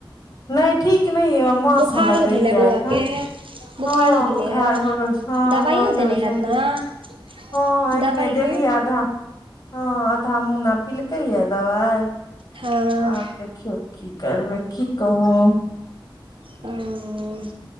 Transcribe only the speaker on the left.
नय ठीक नय मास
सबलग देलियै
ऐख
हँ
बोखार भऽ गेल छै
भऽ गेल
छल
हँ हँ एखने
देलीया आधा हँ आधा मुन्ना पिलकैया दबाइ
आब देखियौ की करबै की कहू